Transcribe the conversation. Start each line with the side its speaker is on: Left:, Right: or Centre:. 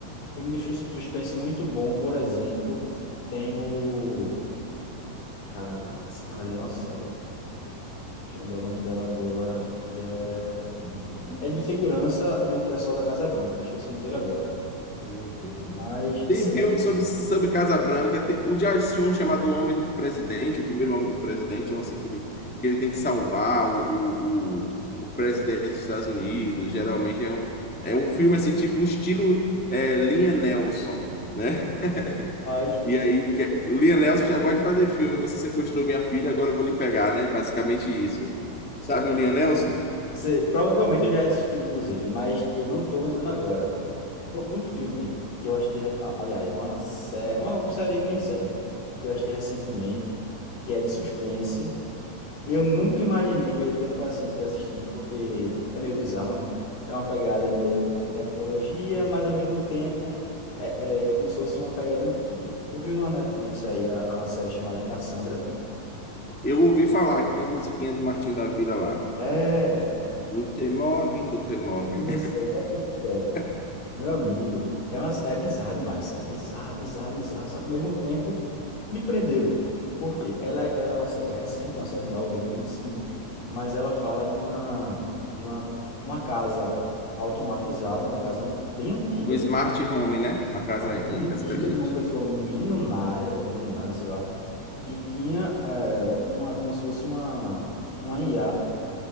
Left: filme de sus- suspense muito bom, por exemplo, tem o... Caramba, esse, na verdade é uma série. Deixa eu lembrar o nome dela agora, que é...
Centre: Uhum,
Left: é de um segurança do pessoal da Casa Branca. Esqueci o nome dele agora.
Centre: Entendo.
Left: Mas,
Centre: Tem
Left: sei
Centre: filme
Left: lá,
Centre: sobre, sobre Casabranca. Tem, eu já assisti um chamado O Homem do Presidente, o primeiro Homem do Presidente, é um assim que ele, que ele tem que salvar o, o, o, o presidente dos Estados Unidos. Geralmente é um, é um filme assim, tipo o estilo é, Liam Nelson, né?
Left: rapaz,
Centre: E aí, que, é, o Liam Neeson já gosta de fazer filme. Você sequestrou minha filha, agora eu vou lhe pegar, né? Basicamente isso. Sabe o Liam Neeson?
Left: sei, provavelmente eu já assisti, inclusive, mas eu não tô lembrando agora. Pro- Um filme que eu assisti, re- a- aliás, uma série, uma série, uma minissérie, né? Que eu assisti recentemente, que é de suspense. Eu nunca imaginei que eu ia ter a paciência de assistir, porque é meio bizarro, né? É uma pegada meio com tecnologia, mas ao mesmo tempo é, é como se fosse uma pegada antiga. Tu viu na Netflix aí a, a série chamada Cassandra?
Centre: Eu ouvi falar que tem a musiquinha do Martinho da Vila lá.
Left: É,
Centre: Guten Morgen, Guten Morgen.
Left: isso, é exatamente essa.
Centre: <laughs>
Left: Meu amigo, é, uma, é bizarro demais, sério. Bizarro, bizarro, bizarro. Só que ao mesmo tempo me prendeu. Por quê? Ela, ela é uma série recente, uma série nova, 2025, mas ela fala de uma, de uma, uma casa automatizada, uma casa an- bem antiga,
Centre: Um
Left: bem,
Centre: smart home, né? Uma casa,
Left: bem
Centre: uma
Left: antiga,
Centre: casa inteligente.
Left: de uma pessoa milionária, bilionária, sei lá, que tinha é, uma, como se fosse uma, uma IA